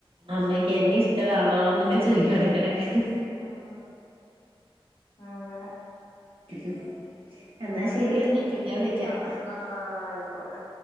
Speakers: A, on the right; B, on the left.
A: അമ്മയ്ക്ക്
B: ഉം
A: എന്നെ ഇഷ്ടമാണോ എന്നൊക്കെ ചോയിക്കും എടക്ക് കെടക്ക
B: ആഹ് അങ്ങനെ
A: <inaudible>
B: ഇങ്ങട്ട്
A: ശരിയെന്നാ പിന്നെ വിളിക്കാം
B: ആഹ് ആഹ് ആയിക്കോട്ടെ